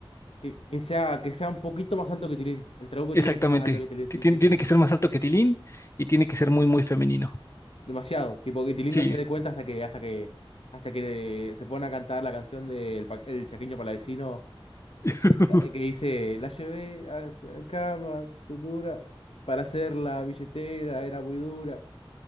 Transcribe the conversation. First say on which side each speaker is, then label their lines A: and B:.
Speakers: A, on the left; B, on the left.
A: Que, que sea, que sea un poquito más alto que Tilín. El trabuco
B: Exactamente.
A: tiene que ser más alto que Tilín,
B: Ti-
A: sí,
B: tien-
A: sí,
B: Tiene
A: sí. sí.
B: que ser más alto que Tilín y tiene que ser muy, muy femenino.
A: Demasiado. Tipo que Tilín
B: Sí,
A: no se dé cuenta hasta que, hasta que, hasta que se pone a cantar la canción del pa- el Chaqueño Palavecino,
B: <laughs>
A: la- eh, que dice, la llevé a a cama, dura, para hacer la billetera, era muy dura.